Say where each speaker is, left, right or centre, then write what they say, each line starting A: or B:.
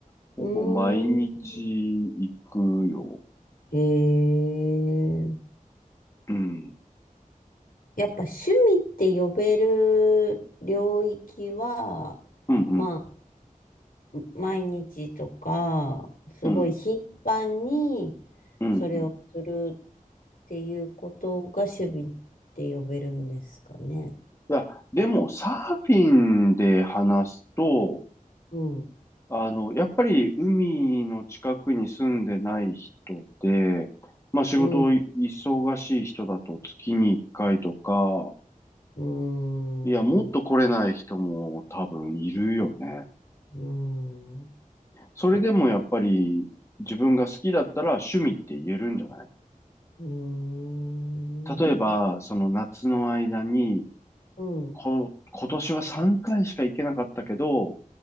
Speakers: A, on the left (about 20°); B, on the left (about 85°).
A: ほぼ毎日行くよ。
B: うーん。ええ
A: うん。
B: やっぱ趣味って呼べる領域は、
A: うん、うん、
B: まあ、毎日とか、すごい頻繁に
A: うん、うん、
B: それをする
A: うん。い
B: っていうことが趣味って呼べるんですかね。
A: や、でも、サーフィンで話すと、
B: うん、
A: あの、やっぱり海の近くに住んでない人で、まあ仕事忙しい人だと月に1回とか、
B: うん、うーん、
A: いや、もっと来れない人も多分いるよね。
B: うーん、
A: それでもやっぱり自分が好きだったら趣味って言えるんじゃない
B: ちょ、うーん、
A: 例えば、その夏の間に、
B: うん、
A: こ、今年は3回しか行けなかったけど、